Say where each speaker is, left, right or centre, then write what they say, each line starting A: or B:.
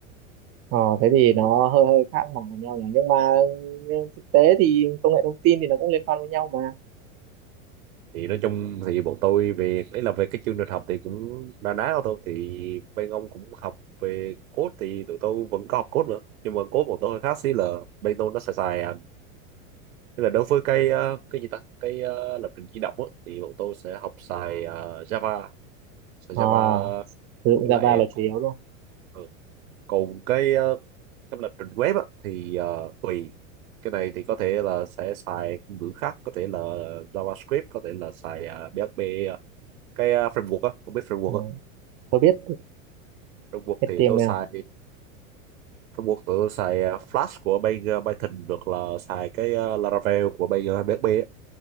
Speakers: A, on the right; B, on the right.
A: ờ thế thì nó hơi hơi khác hẳn với nhau nhỉ nhưng mà nhưng thực tế thì công nghệ thông tin thì nó cũng liên quan với nhau mà
B: thì nói chung thì bọn tôi về đấy là về cái chương trình học thì cũng na ná thôi thì bên ông cũng học về code thì tụi tôi vẫn có học code nữa nhưng mà code bọn tôi hơi khác xí là bên tôi nó xài xài à, nên là đối với cái ờ, cái gì ta cái ờ, lập trình di động á, thì bọn tôi sẽ học xài ờ, Java xài
A: ờ
B: Java
A: sử dụng
B: với
A: Java
B: lại
A: là
B: còn,
A: chủ yếu luôn
B: ừ, còn cái ờ, cái lập trình web á, thì ờ, tùy cái này thì có thể là sẽ xài ngôn ngữ khác có thể là JavaScript có thể là xài ờ, PHP ờ, cái ờ, framework á không biết framework
A: ừ.
B: không?
A: tôi biết
B: framework
A: HTML
B: thì tôi xài framework tụi tôi xài ờ, Flash của bên ờ, Python được là xài cái ờ, Laravel của bên ờ, PHP